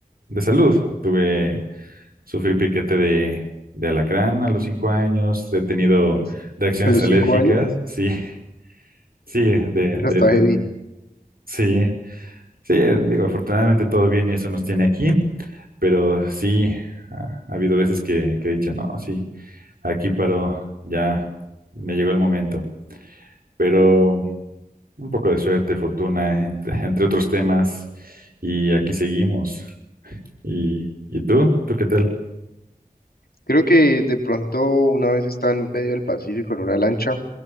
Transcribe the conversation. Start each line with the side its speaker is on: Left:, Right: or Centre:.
Right: de salud. Tuve, sufrí piquete de, de alacrán a los cinco años, he tenido
Left: <laughs>
Right: reacciones
Left: A los
Right: alérgicas,
Left: cinco años,
Right: sí, <laughs> sí, de,
Left: ya
Right: de,
Left: está
Right: de-
Left: heavy.
Right: sí, sí, digo, afortunadamente todo bien y eso nos tiene aquí, pero sí, ha, ha habido veces que, que he dicho, no, sí, aquí paró, ya me llegó el momento, pero... Un poco de suerte, fortuna, entre, <laughs> entre otros temas. Y aquí seguimos. ¿Y, y tú? ¿Tú qué tal?
Left: Creo que de pronto una vez estaba en medio del Pacífico en una lancha